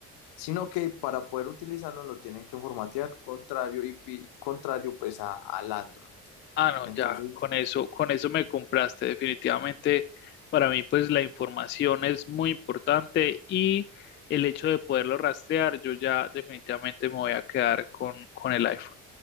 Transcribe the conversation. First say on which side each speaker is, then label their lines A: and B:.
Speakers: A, on the left (about 60°); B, on the left (about 25°).
A: sino que para poder utilizarlo lo tienen que formatear, contrario y pi- contrario pues a, al Android.
B: Ah, no,
A: Entonces,
B: ya, con eso, con eso me compraste. Definitivamente, para mí, pues la información es muy importante y el hecho de poderlo rastrear, yo ya definitivamente me voy a quedar con, con el iPhone.